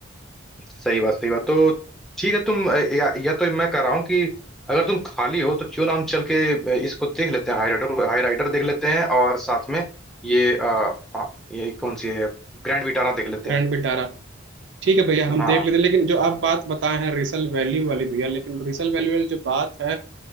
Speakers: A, in the centre; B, on the right.
A: सही बात सही बात तो ठीक है तुम अ, या, या तो मैं कह रहा हूँ कि अगर तुम खाली हो तो क्यों ना हम चल के अ, इसको देख लेते हैं हाई राइडर को हाई राइडर देख लेते हैं और साथ में ये अ, अ, ये कौन सी है ग्रैंड विटारा देख लेते
B: Grand
A: हैं
B: Vitara ठीक है भैया हम
A: हाँ
B: देख लेते हैं लेकिन जो आप बात बताए हैं रिसल वैल्यू वाली भैया लेकिन रिसल वैल्यू वाली जो बात है